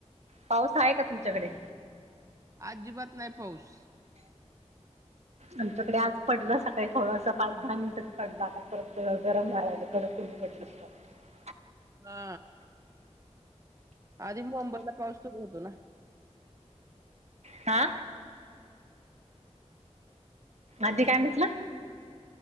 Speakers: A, on the right (about 65°); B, on the right (about 25°).
A: पाऊस आहे का तुमच्याकडे?
B: आजिबात नाही पाऊस.
A: आमच्याकडे आज पडला सकाळी थोडस पाच दहा मिनिटच पडलं आ परत गरम व्हायलय कडत ऊन पडलं <inaudible>
B: हा! आधी मुंबईला पाऊस सुरू होतो ना.
A: आ. आधी काय म्हटलं?